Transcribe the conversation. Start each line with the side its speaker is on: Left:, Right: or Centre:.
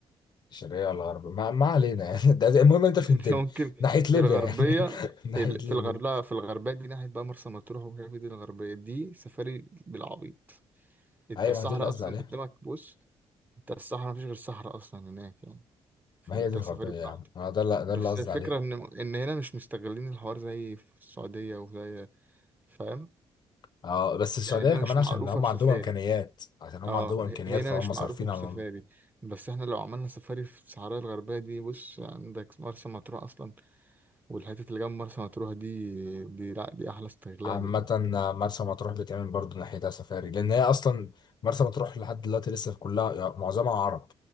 Left: الشرقية ولا الغربية ما, ما علينا يعني <laughs> ده ده المهم انت فهمتني
Right: <laughs> انت ممكن
Left: ناحية
Right: في
Left: ليبيا
Right: الغربية
Left: يعني <laughs> ناحية
Right: ال-
Left: ليبيا
Right: في الغربية في الغربية دي ناحية بقى مرسى مطروح وكده دي الغربية دي سفاري بالعبيط انت
Left: ايوه
Right: الصحراء
Left: ما دي اللي قصدي
Right: اصلا
Left: عليها
Right: قدامك بص انت الصحراء مفيش غير صحراء اصلا هناك يعني فانت
Left: ما هي دي الغربية
Right: سفاري
Left: يا
Right: براحتك
Left: عم اه ده اللي ده
Right: بس
Left: اللي قصدي
Right: الفكره
Left: عليه
Right: ان ان هنا مش مستغلين الحوار زي في السعوديه وزي فاهم
Left: اه بس السعودية
Right: يعني هنا
Left: كمان
Right: مش
Left: عشان
Right: معروفه
Left: هم
Right: بسفاري
Left: عندهم امكانيات عشان هم
Right: اه
Left: عندهم امكانيات
Right: ه- هنا
Left: فهم
Right: مش معروفه
Left: صارفين
Right: بسفاري
Left: على الموضوع.
Right: بس احنا لو عملنا سفاري في الصحراء الغربيه دي بص عندك مرسى مطروح اصلا والحته اللي جنب مرسى مطروح دي دي لا دي احلى استغلال
Left: عامة
Right: يعني
Left: آه، مرسى مطروح بتعمل برضه ناحيتها سفاري لأن هي أصلا مرسى مطروح لحد دلوقتي لسه في كلها يعني معظمها عرب